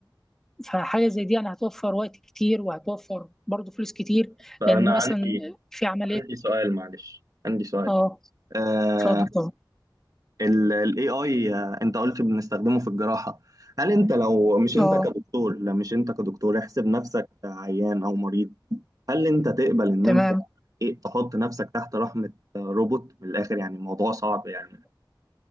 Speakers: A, in the centre; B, on the right (about 45°).
A: فحاجه زي دي يعني هتوفر وقت كتير وهتوفر برضه فلوس كتير
B: فأنا
A: لان مثلا
B: عندي
A: في عمليات
B: عندي سؤال معلش عندي سؤال
A: اه
B: آه
A: اتفضل طبعا
B: الاي اي انت قلت بنستخدمه في الجراحه هل انت لو مش انت
A: اه
B: كدكتور لا مش انت كدكتور احسب نفسك عيان او مريض هل انت تقبل ان
A: تمام
B: انت ايه تحط نفسك تحت رحمة آه، روبوت من الاخر يعني الموضوع صعب يعني